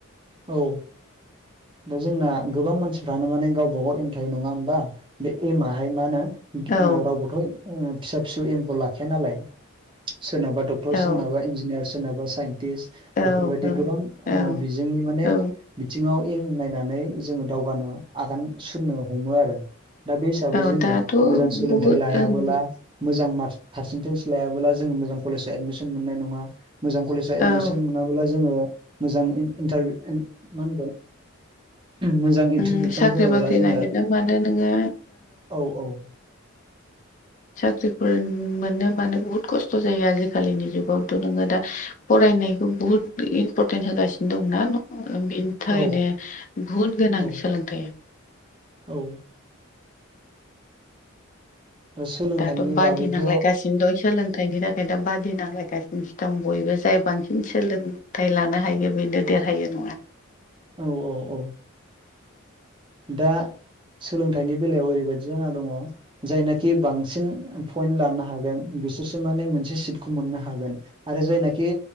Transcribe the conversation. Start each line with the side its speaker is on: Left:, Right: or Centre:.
Right: औ दा जोंना गोबां मानसिफ्रानो माने गावबागाव एम थायो नङा होमबा? बे एमाहाय मा नो ओ
Left: औ
Right: रावबोथ ओ फिसा फिसौ एमखौ लाखाया नालाय सोरनाबाथ डक डक्टर
Left: औ
Right: सोरनाबा इन्जिनियार सोरनाबा साइन्टिस्ट
Left: औ
Right: बेफोरबायदि
Left: औ
Right: गोबां
Left: औ
Right: ओ बिजोंनि माने
Left: औ
Right: बिथिङाव एम नायनानै जोङो दावगानो आगान सुरनो हमो आरो। दा बे हिसाबै
Left: औ
Right: जोङो
Left: दाथ'
Right: मोजां सोलोंथाइ
Left: बहुद
Right: लायाबोला
Left: ओं
Right: मोजां मार्क पार्सेन्टेज लायाबोला जों मोजां कलेजआव एदमिसन मोननाय नङा मोजां कलेज फ्राय एडमिसन
Left: औ
Right: मोनाबोला जोङो मोजां इन इन्टारभि इन मा होनगोन मोजां इन्ट्रेन्स
Left: उम
Right: एक्जाम
Left: साख्रि
Right: होआबोला
Left: बाख्रि
Right: जोङो
Left: नागिरनो मानो नोङो
Right: औ औ।
Left: साख्रिफोर मोनो मानो बुहुत खस थ जायो आजिखालिनि जुगावथ नोङो दा फरायनायखौ बुहुद इम्परटेन्ट होगासिनो दं ना ओ बिनि थाखायनो
Right: औ
Left: बुहुद गोनां
Right: औ
Left: सोलोंथाया।
Right: औ। दा सोलोंथाइनि
Left: दाथ बादि
Right: बागैथ'
Left: नांलायगासिनो दं सोलों थायनि थाखाय दा बादि नांलायगासिनोसो दं बयबो जाय बांसिन सोलोंथाइ लानो हायो बेनो देरहायो नङा
Right: औ औ औ। दा सोलोंथाइनि बेलायाव ओरैबायदि जाना दङ जायनाखि बांसिन पइन्ट लानो हागोन बिसोरसो माने मोनसे सिटखौ मोननो हागोन। आरो जायनाखि